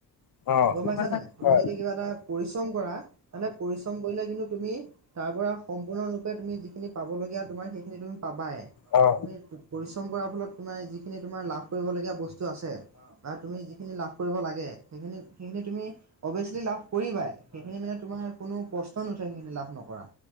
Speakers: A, on the left; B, on the right.
A: অ।
B: গম পাইছা নাই। তুমি
A: হয়।
B: যদি কিবা এটা পৰিশ্ৰম কৰা তেনে পৰিশ্ৰম কৰিলে কিন্তু তুমি তাৰ পৰা সম্পূৰ্ণৰূপে তুমি যিখিনি পাবলগীয়া তোমাৰ সেইখিনি তুমি পাবাই।
A: অ', হয়।
B: তুমি পৰিশ্ৰম কৰাৰ ফলত তোমাৰ যিখিনি তোমাৰ লাভ কৰিবলগীয়া বস্তু আছে বা তুমি যিখিনি লাভ কৰিব লাগে। সেইখিনি সেইখিনি তুমি অবিয়াচলি লাভ কৰিবাই। সেইখিনি মানে তোমাৰ কোনো প্ৰশ্ন নুঠে সেইখিনি লাভ নকৰা